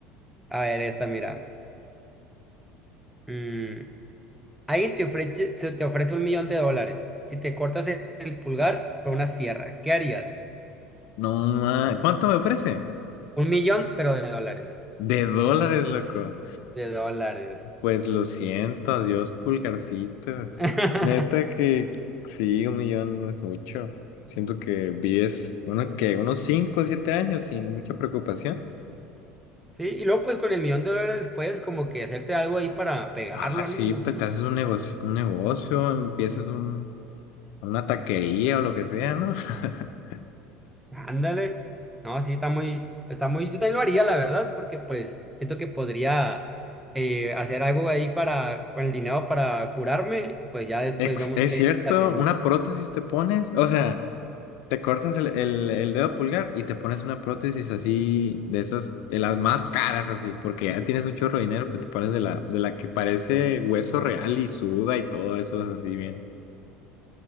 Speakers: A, in the centre; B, on the left.
A: A ver, esta, mira. Mm, alguien te ofrece, se te ofrece un millón de dólares si te cortas el el pulgar con una sierra. ¿Qué harías?
B: No, ma- ¿Cuánto me ofrece?
A: Un millón, pero de dólares.
B: De dólares, loco.
A: De dólares.
B: Pues lo siento, adiós, pulgarcito.
A: <laughs>
B: Neta que sí, un millón no es mucho. Siento que vives unos que unos cinco o siete años sin mucha preocupación.
A: Sí, y luego pues con el millón de dólares puedes como que hacerte algo ahí para pegarlo,
B: Ah, sí,
A: ¿no? No
B: pues
A: sé.
B: te haces un negocio, un negocio, empiezas un, Una taquería o lo que sea, ¿no? <laughs>
A: Ándale. No, sí, está muy, está muy, yo también lo haría, la verdad, porque pues siento que podría eh, hacer algo ahí para, con el dinero para curarme, pues ya después
B: Ex-
A: vemos
B: Es,
A: qué
B: cierto,
A: qué hacemos.
B: una prótesis te pones, o sea, te cortas el, el- el dedo pulgar y te pones una prótesis así, de esas, de las más caras así, porque ya tienes un chorro de dinero, pues te pones de la, de la que parece hueso real y suda y todo eso así bien.